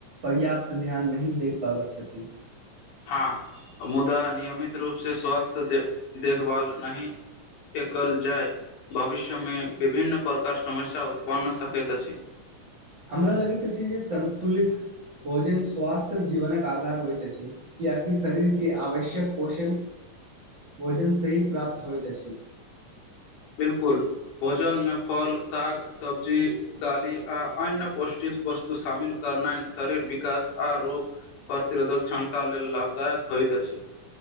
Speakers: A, on the right; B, on the left.
A: पर्याप्त ध्यान नहि दे पाबैत छथिन
B: हँ मुदा नियमित रूपसँ स्वास्थ्य दे देखभाल नहि एकल जाय भविष्य मे विभिन्न प्रकार समस्या उत्पन्न सकैत अछि
A: हमरा लगैत अछि छै जे संन्तुलित भोजन स्वास्थ्य जीवनक आधार होइत अछि कियाकि शरीरके आवश्यक पोषण भोजन सही प्राप्त होइत अछि
B: बिलकुल भोजन मे फल साग सब्जी दालि आ अन्य पौष्टिक वस्तु शामिल करनैय शरीर विकास आ रोग प्रतिरोधक क्षमता लेल लाभदायक हो होइत अछि